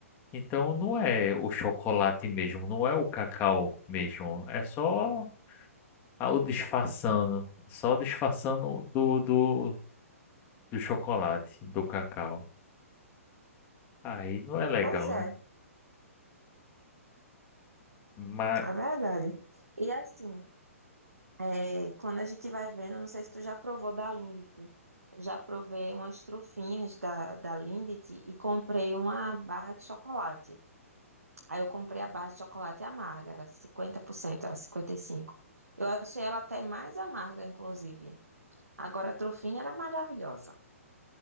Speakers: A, on the left; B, on the right.
A: Então, não é o chocolate mesmo, não é o cacau mesmo. É só a- o disfarçando, só disfarçando do, do, do chocolate, do cacau. Aí não é legal,
B: Pois é,
A: né? Mas
B: é verdade. E assim, é, quando a gente vai vendo, não sei se tu já provou da Lindt. Eu já provei umas trufinhas da, da Lindt e comprei uma barra de chocolate. Aí eu comprei a barra de chocolate amarga, era 50%, era 55%. Eu achei ela até mais amarga, inclusive. Agora a trufinha era maravilhosa.